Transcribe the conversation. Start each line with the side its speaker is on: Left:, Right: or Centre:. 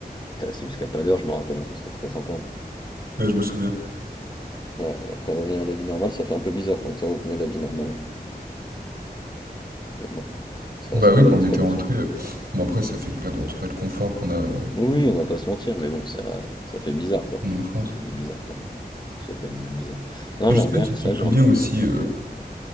Left: On était resté jusqu'à pas d'heure, je me rappelle, hein, ça c'était très sympa, hein.
Right: Ouais, je me souviens.
Left: Ouais et après revenir à la vie normale, ça fait un peu bizarre quand tu es revenu à la vie normale, mais bon, ça
Right: Bah
Left: reste
Right: oui,
Left: quand même
Right: quand
Left: des
Right: on
Left: très
Right: était
Left: beaux
Right: rentrés,
Left: souvenirs.
Right: heu, bon, après, ça fait du bien de retrouver le confort qu'on a, heu,
Left: Oui, on va pas se mentir, mais bon ça ça fait bizarre quoi,
Right: qu'on a en France
Left: ça faisait bizarre quand même, ça faisait quand même bizarre. Non,
Right: mais
Left: j'aime
Right: je sais pas
Left: bien,
Right: si
Left: c'est
Right: tu
Left: ça.
Right: te
Left: que
Right: souviens
Left: j'aime
Right: aussi,
Left: mmh.